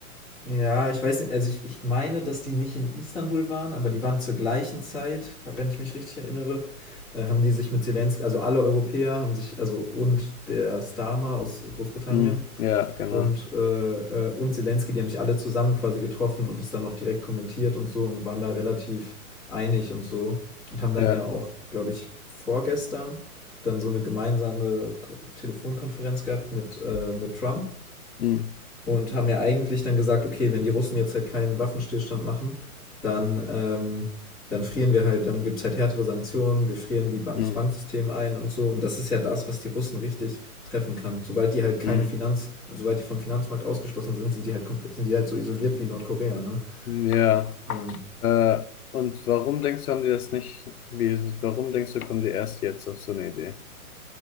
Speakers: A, in the centre; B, on the left.
A: Ja, ich weiß nicht, also ich, ich meine, dass die nicht in Istanbul waren, aber die waren zur gleichen Zeit, wenn ich mich richtig erinnere, äh, haben die sich mit Zelensky, also alle Europäer haben sich, also und der Starmer aus Großbritannien
B: Mm, ja, genau.
A: und, äh, äh, und Zelensky, die haben sich alle zusammen quasi getroffen und es dann noch direkt kommentiert und so und waren da relativ einig und so und haben dann
B: Ja,
A: ja auch, glaube ich, vorgestern dann so eine gemeinsame Ko- Telefonkonferenz gehabt mit, äh, mit Trump
B: mm,
A: und haben ja eigentlich dann gesagt, okay, wenn die Russen jetzt halt keinen Waffenstillstand machen, dann, ähm, dann frieren wir halt, dann gibt es halt härtere Sanktionen, wir frieren die ba
B: mm,
A: das Banksystem ein und so. Und das ist ja das, was die Russen richtig treffen kann. Sobald die halt keine
B: mm.
A: Finanz, sobald die vom Finanzmarkt ausgeschlossen sind, sind die halt komplett, sind die halt so isoliert wie Nordkorea, ne?
B: Ja,
A: Ähm,
B: äh, und warum denkst du, haben die das nicht, wie, warum denkst du, kommen die erst jetzt auf so eine Idee?